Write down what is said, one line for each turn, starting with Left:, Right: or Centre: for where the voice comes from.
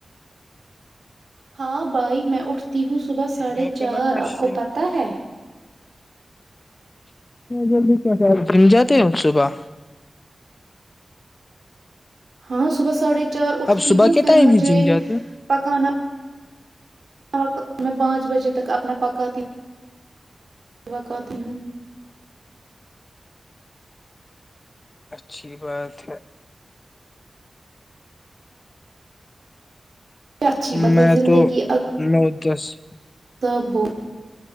Right: ہاں بھائی میں اٹھتی ہوں ہ صبح ساڑھے
Left: میرے
Right: چار
Left: کو لگا
Right: آپ
Left: شی-
Right: کو پت ہے
Left: جلدی کیا جم جاتے ہو صبح
Right: ہاں صبح ساھے چار اٹھتی
Left: اب صبح
Right: ہوں
Left: کے
Right: پھر
Left: ٹائم
Right: مجھے
Left: ہی جم جاتے ہو؟
Right: پکانا وقت میں پانچ بجے تک اپنا پکاتتی ہ داقتی ہوں
Left: اچھی بات <unintelligible> چھ <unintelligible>
Right: کیا اچھی بات
Left: میں
Right: ہے زندگی
Left: تو میں <unintelligible> دس <unintelligible>
Right: تب ہو